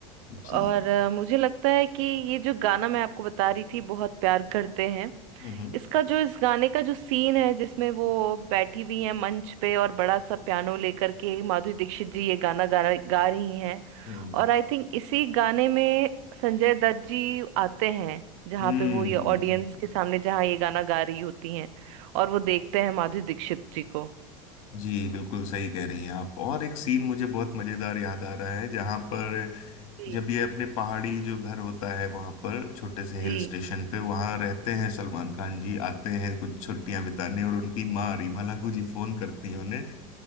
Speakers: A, on the left (about 65°); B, on the right (about 60°).
A: जी
B: और अ, मुझे लगता है कि ये जो गाना मैं आपको बता रही थी बहुत प्यार करते हैं
A: हम्म
B: इसका जो इस गाने का जो सीन है जिसमें वो बैठी हुई हैं मंच पे और बड़ा सा पियानो लेकर के माधुरी दीक्षित जी ये गाना गा रही- गा रही हैं
A: हम्म
B: और आई थिंक इसी गाने में संजय दत्त जी आते हैं जहाँ
A: हम्म
B: पे वो ये
A: हम्म,
B: ऑडियंस
A: हम्म,
B: के सामने जहाँ ये गाना गा रही होती हैं और वो देखते हैं माधुरी दीक्षित जी को
A: जी बिल्कुल सही कह रही हैं आप और एक सीन मुझे बहुत मजेदार याद आ रहा है जहां पर
B: जी
A: जब ये अपने पहाड़ी जो घर होता है वहां पर छोटे से
B: जी
A: हिल स्टेशन पे वहां रहते हैं सलमान खान जी आते हैं कुछ छुट्टियां बिताने और उनकी माँ रीमा लागू जी फोन करती हैं उन्हें